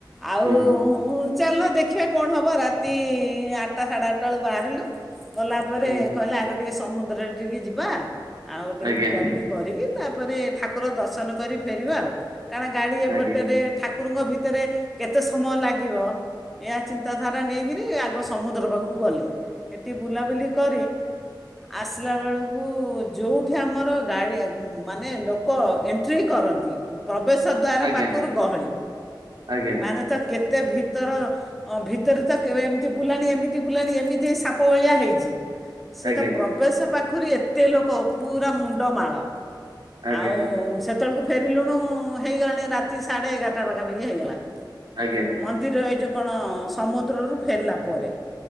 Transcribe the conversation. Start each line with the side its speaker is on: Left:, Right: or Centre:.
Centre: ଆଉଁ
Right: ହୁଁ
Centre: -ଉଁ ଚାଲ ଦେଖିବା କଣ ହବ? ରାତି-ଇଁ ଆଟ୍ଟା, ସାଢ଼େ ଆଟ୍ଟା ଳୁ ବାହାରିଲୁ। ଗଲା ପରେ
Right: ହୁଁ
Centre: କହିଲା, ଆଗ ଟିକେ ସମୁଦ୍ରରେ ଟିକେ ଯିବା। ଆଉ, ଟିକେ
Right: ଆଜ୍ଞା
Centre: ବୁଲାବୁଲି କରିକି, ତା'ପରେ ଠାକୁର ଦର୍ଶନ କରି ଫେରିବା ଆଉ। କାରଣ ଗାଡ଼ି ଏପଟରେ
Right: ଆଜ୍ଞା
Centre: ଠାକୁରଙ୍କ ଭିତରେ। କେତେ ସମୟ ଲାଗିବ ଏହା ଚିନ୍ତାଧାରା ନେଇକିରି ଆଗ ସମୁଦ୍ର ପାଖକୁ ଗଲେ। ଏଠି ବୁଲାବୁଲି କରି ଆସିଲା ବେଳକୁ ଯୋଉ। ଆମର ଗାଡ଼ି ମାନେ ଲୋକ ଏଣ୍ଟ୍ରି କରନ୍ତି। ପ୍ରବେଶ ଦ୍ୱାର
Right: ଆଜ୍ଞା
Centre: ପାଖୁରୁ ଗହଳି।
Right: ଆଜ୍ଞା
Centre: ମାନେ ତ କେତେ ଭିତର। ଭିତରେ ତ କେବେ ଏମିତି ବୁଲାଣି ଏମିତି ବୁଲାଣି ଏମିତି ଏଇ ସାପ ଭଳିଆ ହେଇଛି। ସେ
Right: ଆଜ୍ଞା
Centre: ତ
Right: ଆଜ୍ଞା
Centre: ପ୍ର। ପ୍ରବେଶ ପାଖରୁ ଏତେ ଲୋକ ପୁରା ମୁଣ୍ଡମାଳ
Right: ଆଜ୍ଞା
Centre: ଆଉ ସେତେବେଳୁକୁ। ଫେରିଲୁଣୁ ହେଇଗଲାଣି ରାତି ସାଢେ ଏଗାରଟା ପାଖାପାଖି ହେଇଗଲା।
Right: ଆଜ୍ଞା।
Centre: ମନ୍ଦିର ଏଇ ଯେଉଁ କଣ ସମୁଦ୍ରରୁ ଫେରିଲା ପରେ।